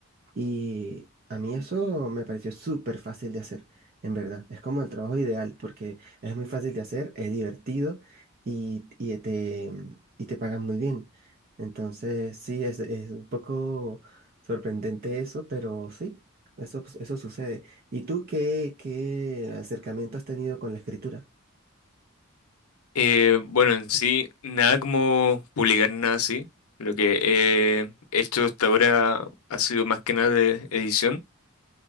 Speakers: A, on the right (about 40°); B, on the left (about 85°).
A: Y a mí eso me pareció súper fácil de hacer, en verdad. Es como el trabajo ideal porque es muy fácil de hacer, es divertido y, y te, y te pagan muy bien. Entonces, sí, es, es un poco sorprendente eso, pero sí, eso, pues, eso sucede. ¿Y tú qué, qué acercamiento has tenido con la escritura?
B: Eh, bueno, en sí, nada como publicar nada así. Lo que he hecho hasta ahora ha sido más que nada de edición,